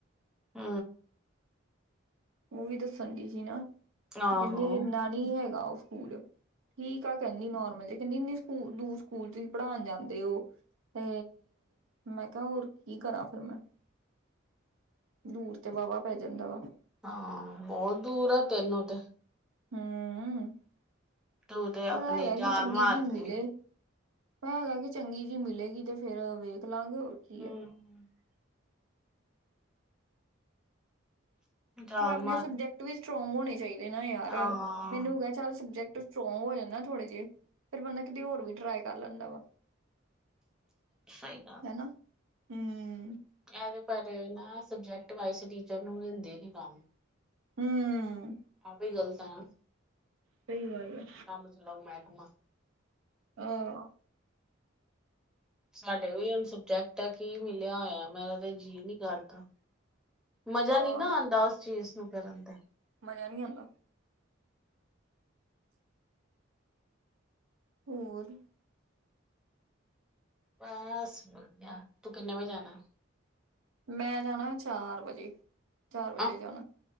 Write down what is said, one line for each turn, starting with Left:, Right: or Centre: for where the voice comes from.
Centre: ਹੰ
Right: ਉਹ ਵੀ ਦੱਸਣ ਡੀ ਸੀ ਨਾ ਤੇ
Centre: ਆਹੋ
Right: ਕਹਿੰਦੇ ਇਨਾ ਨਹੀਂ ਹੈਗਾ ਉਹ ਸਕੂਲ ਠੀਕ ਆ ਕਹਿੰਦੀ ਨੋਰਮਲ ਜੇ ਕਹਿੰਦੀ ਇੰਨੀ ਦੂਰ ਸਕੂਲ ਤੁਸੀਂ ਪੜ੍ਹਾਣ ਜਾਂਦੇ ਔ ਤੇ ਮੈਂ ਕਿਹਾ ਹੋਰ ਕੀ ਕਰਾਂ ਫਿਰ ਮੈਂ ਦੂਰ ਤੇ ਵਾਹਵਾ ਪੈ ਜਾਂਦਾ ਵਾ
Centre: ਹਾਂ, ਬਹੁਤ ਦੂਰ ਆ ਤੈਨੂੰ ਤੇ
Right: ਹਮ
Centre: ਤੂੰ ਤੇ ਆਪਣੀ
Right: ਪਰ ਹੈਗਾ
Centre: ਜਾਨ
Right: ਕਿ ਚੰਗੀ
Centre: ਮਾਰਦੀ
Right: ਜੀ ਮਿਲੇ ਹੈਗਾ ਏ ਕਿ ਚੰਗੀ ਜਿਹੀ ਮਿਲੇਗੀ ਤੇ ਫੇਰ ਵੇਖ ਲਾਂਗੇ ਹੋਰ ਕੀ ਏ
Centre: <unintelligible> ਜਾਨ
Right: ਪਰ ਆਪਣੇ
Centre: ਮਾਰ
Right: ਸਬਜੈਕਟ ਵੀ ਸਟਰੋਂਗ ਹੋਣੇ ਚਾਹੀਦੇ ਨਾ ਯਾਰ,
Centre: ਹਾਂ
Right: ਮੈਨੂੰ ਸਬਜੈਕਟ ਸਟਰੋਂਗ ਹੋ ਜਾਂਦਾ ਨਾ ਥੋੜੇ ਜਿਹੇ ਫੇਰ ਬੰਦਾ ਕਿਤੇ ਹੋਰ ਵੀ ਟਰਾਈ ਕਰ ਲੈਂਦਾ ਵਾ
Centre: ਸਹੀ
Right: ਹੈਨਾ ਹੰ
Centre: ਏਵੇ ਪਰ ਨਾ ਸਬਜੈਕਟ ਵਾਇਸ ਟੀਚਰ ਨੂੰ ਦਿੰਦੇ ਨੀ ਕੰਮ
Right: ਹਮ
Centre: ਆਵੀ ਗੱਲਤਾ ਆ
Right: ਸਹੀ ਗੱਲ ਏ
Centre: ਕੰਮ ਚਲਾਓ ਮਹਿਕਮਾ
Right: ਹਾਂ
Centre: ਸਾਡੇ ਵੀ ਹੁਣ ਸਬਜੈਕਟ ਹੈ ਕੀ ਮਿਲਿਆ ਹੋਇਆ ਮੈਂਰਾ ਤੇ ਜੀਅ ਨੀ ਕਰਦਾ ਮਜ਼ਾ
Right: ਹਾਂ
Centre: ਨੀ ਨਾ ਆੰਦਾ ਉਸ ਚੀਜ਼ ਨੂੰ ਕਰਨ ਤੇ
Right: ਮਜਾ ਨਹੀਂ ਆੰਦਾ ਹੋਰ
Centre: ਬਸ ਵਧੀਆ ਤੂੰ ਕਿੰਨੇ ਵਜੇ ਜਾਣਾ
Right: ਮੈਂ ਜਾਣਾ ਚਾਰ ਵਜੇ, ਚਾਰ ਵਜੇ
Centre: ਅ
Right: ਜਾਣਾ,